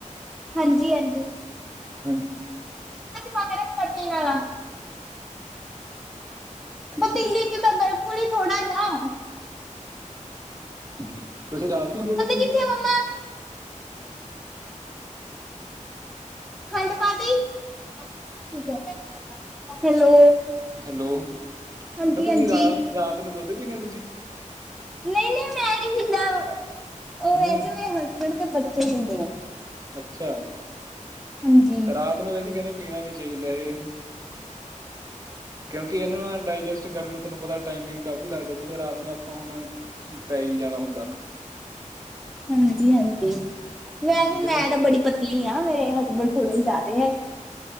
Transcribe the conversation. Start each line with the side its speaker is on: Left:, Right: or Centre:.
Centre: ਹਾਂਜੀ-ਹਾਂਜੀ
Right: ਹਾਂਜੀ
Centre: ਵਗੈਰਾ ਕਟੇਗਾ। ਪਤੀਲੀ 'ਚ ਤਾ ਬਿਲਕੁਲ ਹੀ ਥੋੜਾ ਜਿ
Right: ਤੁਸੀਂ ਰਾਤ ਨੂੰ ਦੁੱਧ ਪੀਣੇ
Centre: ਕਿੱਥੇ
Right: ਹੋ।
Centre: ਮੰਮਾ ਖੰਡ ਪਾਤੀ <unintelligible> ਹੈਲੋ
Right: ਹੈਲੋ
Centre: ਹਾਂਜੀ
Right: ਨਾ ਤੁਸੀਂ
Centre: ਹਾਂਜੀ
Right: ਰਾ ਰਾਤ ਨੂੰ ਦੁੱਧ ਪੀਣੇ ਓ ਤੁਸੀਂ
Centre: ਨਈ- ਨਈ ਮੈਂ ਨਈ ਪੀਂਦਾ ਓ
Right: ਹੂੰ
Centre: ਵੈਸੇ ਮੇਰੇ ਹਸਬੈਂਡ ਤੇ ਬੱਚੇ ਪੀਂਦੇ ਆ।
Right: ਅੱਛਾ
Centre: ਹਾਂਜੀ
Right: ਰਾਤ ਨੂੰ ਵੈਸੇ ਕੈਂਦੇ ਪੀਣਾ ਨੀ ਚਾਹੀਦਾ ਇਹ ਕਿਉਂਕਿ ਇਹ ਨੂੰ ਡਾਇਜੈਸਟ ਕਰਨ ਨੂੰ ਤੁਹਾਨੂੰ ਪਤਾ ਟਾਈਮਿੰਗ ਕਾਫੀ ਲੱਗਦਾ ਕੁਛ ਰਾਤ ਨੂੰ ਆਪਾਂ ਹੁਣ ਪੈ ਈ ਜਾਣਾ ਹੁੰਦਾ।
Centre: ਹਾਂਜੀ-ਹਾਂਜੀ ਵੈਸੇ
Right: ਹੂੰ, ਜਿਵੇਂ
Centre: ਮੈਂ ਤਾਂ ਬੜੀ ਪਤਲੀ ਆਂ ਮੇਰੇ ਹਸਬੈਂਡ ਥੋੜੇ ਜਾਦੇ